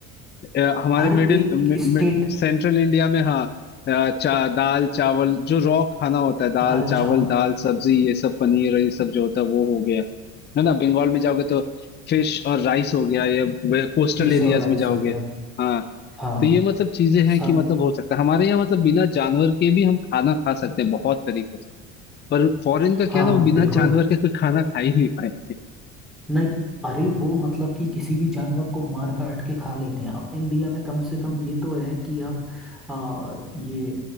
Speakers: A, on the left; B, in the centre.
A: है अ, हमारे
B: हर
A: मिडिल
B: एक
A: मि, मि,
B: स्टेट
A: सेंट्रल इंडिया में हाँ अ, चा, दाल चावल जो रॉ खाना होता है दाल
B: दाल
A: चावल
B: चावल
A: दाल सब्जी ये सब पनीर और ये सब जो होता है वो हो गया है ना बंगाल में जाओगे तो फिश और राइस हो गया या कोस्टल
B: फिश
A: एरियाज
B: और राइस
A: में जाओगे
B: हो गया
A: हाँ
B: हाँ
A: तो ये मतलब चीजें
B: स-
A: हैं कि मतलब हो सकता है हमारे यहाँ मतलब बिना जानवर के भी हम खाना खा सकते हैं बहुत तरीकों से पर फॉरेन का क्या
B: हाँ
A: है ना वो बिना
B: बिल्कुल
A: <laughs> जानवर के कोई खाना खा ही नहीं पाएंगे
B: नहीं अरे वो मतलब कि किसी भी जानवर को मार काट के खा लेते हैं अपने इंडिया में कम से कम ये तो है कि आप आ, ये